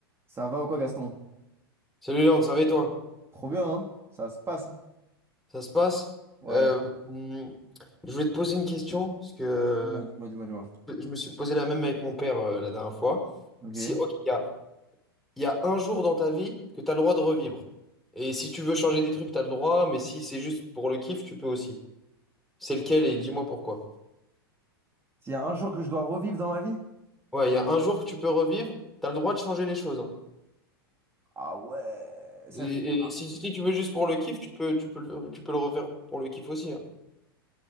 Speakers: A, on the right; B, in the centre.
A: Ça va ou quoi, Gaston?
B: Salut Léon, ça va et toi?
A: Trop bien, hein? Ça se passe. hein
B: Ça se passe?
A: Ouais.
B: Ouais. Euh, hum, je voulais te poser une question, parce que euh,
A: Dis-moi, dis-moi, dis-moi, dis-moi.
B: je me suis posé la même avec mon père euh, la dernière fois.
A: Ok.
B: Si, ok, il y a, il y a un jour dans ta vie que tu as le droit de revivre. Et si tu veux changer des trucs, tu as le droit, mais si c'est juste pour le kiff, tu peux aussi. C'est lequel et dis-moi pourquoi.
A: S'il y a un jour que je dois revivre dans ma vie?
B: Ouais, il y a un jour que tu peux revivre, tu as le droit de changer les choses. hein.
A: Ah ouais, ça
B: Et,
A: veut dire.
B: et si, si tu veux juste pour le kiff, tu peux, tu peux, le- tu peux le refaire pour le kiff aussi. hein.